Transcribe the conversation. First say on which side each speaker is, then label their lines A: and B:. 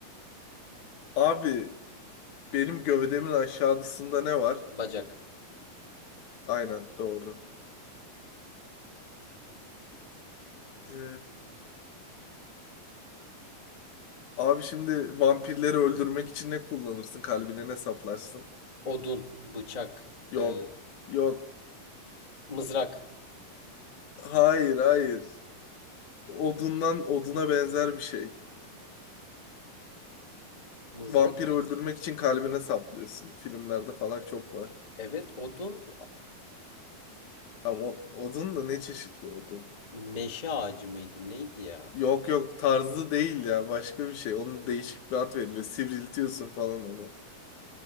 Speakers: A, on the left; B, on the left.
A: Abi benim gövdemin aşağısında ne var?
B: Bacak,
A: Aynen doğru. Ee, Abi şimdi vampirleri öldürmek için ne kullanırsın? Kalbine ne saplarsın?
B: odun, bıçak,
A: Yok.
B: e,
A: Yok.
B: mızrak.
A: Hayır, hayır. Odundan oduna benzer bir şey.
B: Mızrak?
A: Vampiri öldürmek için kalbine saplıyorsun. Filmlerde falan çok var.
B: Evet, odun.
A: Ama o, odun da ne çeşit bir odun?
B: Meşe ağacı mıydı? Neydi ya?
A: Yok yok tarzı değil ya başka bir şey. Onun değişik bir ad veriliyor. Sivriltiyorsun falan hani.